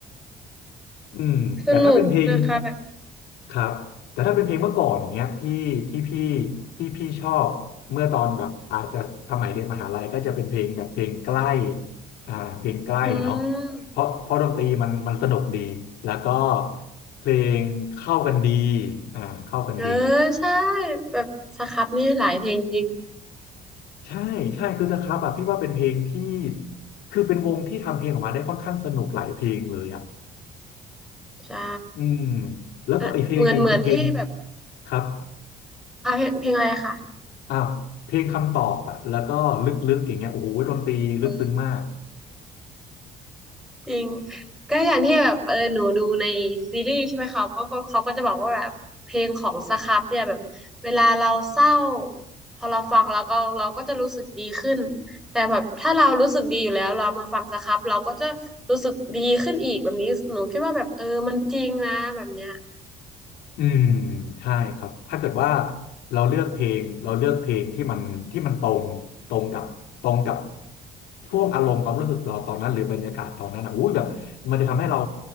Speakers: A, on the left (about 85°); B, in the centre.
A: อืมแต่ถ้าเป็นเพลง
B: สนุกนะคะแบบ
A: ครับแต่ถ้าเป็นเพลงเมื่อก่อนเนี้ยที่ที่พี่ที่พี่ชอบเมื่อตอนแบบอาจจะสมัยเรียนมหาลัยก็จะเป็นเพลงแบบเพลงใกล้อ่าเพลงใกล้เนาะ
B: อืม
A: เพราะเพราะดนตรีมันมันสนุกดีแล้วก็เพลงเข้ากันดีอ่าเข้ากันดี
B: เออใช่แบบสครับนี่หลายเพลงจริง
A: ใช่ใช่คือสครับอ่ะพี่ว่าเป็นเพลงที่คือเป็นวงที่ทำเพลงออกมาได้ค่อนข้างสนุกหลายเพลงเลยอ่ะ
B: ใช่
A: อืมแล้วก็อีกเพลงหนึ่งคือเพลง
B: เออเหมือนเหมือนที่แบบ
A: ครับ
B: อ่ะเพลงเพลงอะไรคะ
A: อ้าวเพลงคำตอบอะแล้วก็ลึกๆอย่างเงี้ยโอ้โหดนตรีลึกซึ้งมาก
B: โอ้จริงก็อย่างที่แบบเออหนูดูในซีรีส์ใช่ไหมเขาก็ก็เขาก็จะบอกว่าแบบเพลงของสครับเนี่ยแบบเวลาเราเศร้าพอเราฟังแล้วก็เราก็จะรู้สึกดีขึ้นแต่แบบถ้าเรารู้สึกดีอยู่แล้วเรามาฟังสครับเราก็จะรู้สึกดีขึ้นอีกแบบนี้หนูคิดว่าแบบเออมันจริงนะแบบเนี้ย
A: อืมใช่ครับถ้าเกิดว่าเราเลือกเพลงเราเลือกเพลงที่มันที่มันตรงตรงกับตรงกับช่วงอารมณ์ความรู้สึกเราตอนนั้นหรือบรรยากาศตอนนั้นอ่ะอุ้ยแบบมันจะทำให้เรา